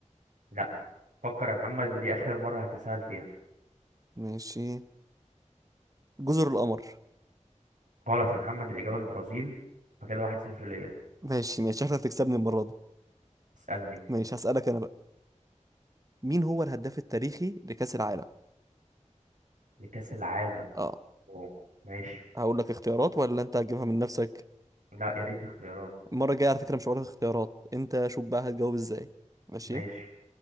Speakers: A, on the right (about 85°); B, on the right (about 25°).
A: لا فكر يا محمد ودي اخر مره هتساءل فيها
B: ماشي جزر القمر
A: غلط يا محمد الاجابه البرازيل فكده واحد صفر ليا
B: ماشي ماشي احنا هتكسبني المرة دي
A: اسالني
B: ماشي هسألك أنا بقى مين هو الهداف التاريخي لكأس العالم
A: لكاس العالم
B: اه
A: أوه. ماشي
B: هقول لك اختيارات ولا انت هتجيبها من نفسك
A: لا يا ريت اختيارات
B: المرة الجاية على فكرة مش هقولك اختيارات انت شوف بقى هتجاوب ازاي ماشي
A: ماشي